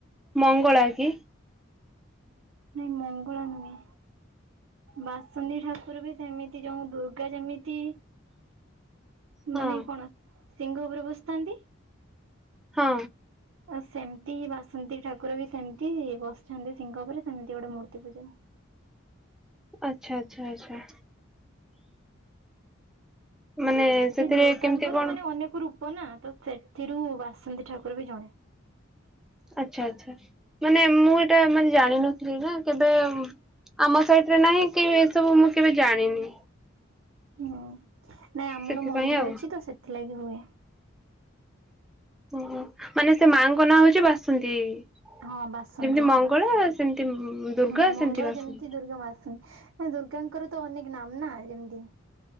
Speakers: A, in the centre; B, on the right (about 70°).
A: ମଙ୍ଗଳା କି?
B: ନାଇଁ ମଙ୍ଗଳା ନୁହେଁ। ବାସନ୍ତୀ ଠାକୁର ବି ସେମିତି ଯଉ ଦୁର୍ଗା ଯେମିତି
A: ହଁ
B: ମାନେ କଣ ସିଂହ ଉପରେ ବସିଥାନ୍ତି।
A: ହଁ।
B: ଆଉ ସେମିତି ବାସନ୍ତି ଠାକୁର ବି ସେମିତି ବସିଚନ୍ତି ସିଂହ ଉପରେ ସେମିତି ଗୋଟେ ମୂର୍ତ୍ତି ପୂଜା
A: ଆଚ୍ଛା- ଅଚ୍ଛା -ଆଚ୍ଛା। ମାନେ ସେଥିରେ
B: ଏଇ ଦୁର୍ଗାଙ୍କର
A: କେମିତି କଣ
B: ମାନେ ଅନେକ ରୂପ ନା ତ ସେଥିରୁ ବାସନ୍ତୀ ଠାକୁର ବି ଜଣେ।
A: ଆଚ୍ଛା- ଆଚ୍ଛା ମାନେ ମୁଁ ଏଟା ମାନେ ଜାଣିନ ଥିଲିନା କେବେ ଆମ ସାଇଡ୍ ରେ ନାହିଁ କି ଏସବୁ ମୁଁ କେବେ ଜାଣିନି।
B: ହୁଁ - ନାଇଁ ଆମର
A: ସେଥିପାଇଁ
B: ମନ୍ଦିର
A: ଆଉ
B: ଅଛି ତ ସେଥିଲାଗି ହୁଏ।
A: ଓହୋ ମାନେ ସେ ମାଙ୍କ ନାଁ ହଉଚି ବାସନ୍ତି ଯେମିତି
B: ହଁ ବାସନ୍ତୀ।
A: ମଙ୍ଗ ଗଳା ସେମିତି ଦୁର୍ଗା
B: ହୁଁ ମଙ୍ଗଳା
A: ସେମିତି ବାସନ୍ତୀ
B: ଯେମିତି ଦୁର୍ଗା ମା ଆସୁ <unintelligible> ଦୁର୍ଗାଙ୍କର ତ ଅନେକ ନାମ୍ ନା ଯେମିତି